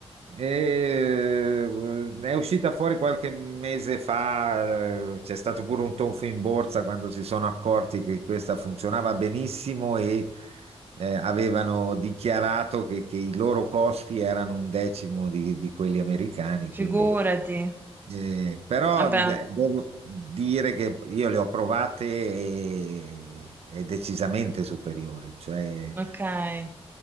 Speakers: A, on the right; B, on the right.
A: e, eh, è uscita fuori qualche mese fa, eh, c'è stato pure un tonfo in borsa quando si sono accorti che questa funzionava benissimo e eh, avevano dichiarato che, che i loro costi erano un decimo di, di quelli americani,
B: Figurati.
A: quindi. Eh, però
B: Vabbè,
A: de- devo dire che io le ho provate e è decisamente superiore, cioè
B: ok.